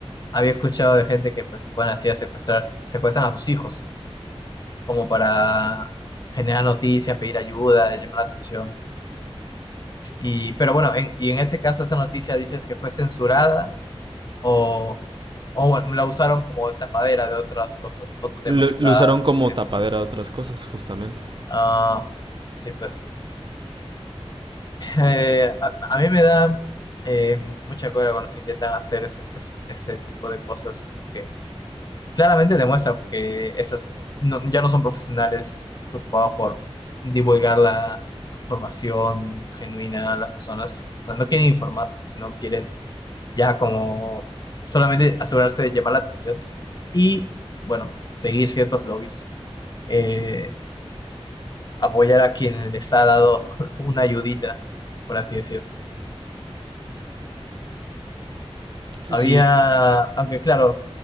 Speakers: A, on the left; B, on the right.
A: Había escuchado de gente que pues, se ponen así a secuestrar, secuestran a sus hijos, como para generar noticias, pedir ayuda, llamar la atención. Y, pero bueno, en, y en ese caso esa noticia dices que fue censurada o, o bueno, la usaron como tapadera de otras cosas, otro tema
B: Lo,
A: que
B: lo
A: está
B: usaron como
A: sucediendo.
B: tapadera de otras cosas, justamente.
A: Ah, sí, pues. Eh, a, a mí me da eh, mucha cólera cuando se intentan hacer ese, ese- ese tipo de cosas, porque claramente demuestra que esas no- ya no son profesionales preocupados por divulgar la información genuina a las personas. O sea, no quieren informar, sino quieren ya como solamente asegurarse de llamar la atención y, bueno, seguir ciertos lobbies. Eh, apoyar a quien les ha dado <laughs> una ayudita, por así decirlo. Había,
B: Sí,
A: aunque claro,